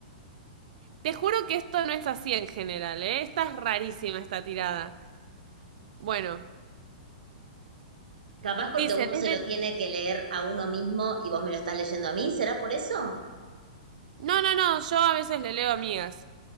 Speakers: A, on the right; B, on the right.
A: Te juro que esto no es así en general, ¿eh? Esta es rarísima esta tirada. Bueno,
B: Capaz
A: dice,
B: porque uno
A: desven-
B: se lo tiene que leer a uno mismo y vos me lo estás leyendo a mí, ¿será por eso?
A: no, no, no, yo a veces le leo amigas.